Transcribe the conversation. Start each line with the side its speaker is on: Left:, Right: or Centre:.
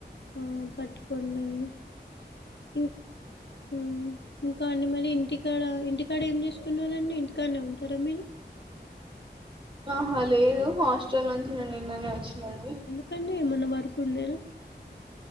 Left: ఆ పట్టుకోనిండి ఇం ఉమ్ ఇంకా అండి మరి ఇంటికాడ ఇంటికాడ ఏం చేస్తున్నారండి ఇంటికాడనే ఉంటారా మీరు
Right: ఆహా లేదు హాస్టల్ నుంచి నేను నిన్ననే వచ్చినా అండి
Left: కానీ ఏమన్నా వర్కు ఉండేనా